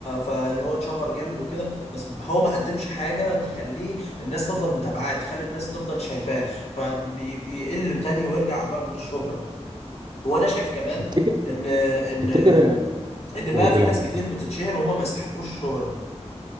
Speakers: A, on the left; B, on the right.
A: فاللي هو اتشهر جامد وكده بس هو ما قدمش حاجه تخليه الناس تفضل متابعاه تخلي الناس تفضل شايفاه فبيقل تاني ويرجع بقى من الشهره وانا شايف كمان
B: تفتكر
A: ان ان
B: تفتكر
A: ان بقى
B: قول
A: في
B: قول
A: ناس
B: يا حبيبي
A: كتير
B: اتفضل.
A: بتتشهر وهم ما يستحقوش الشهره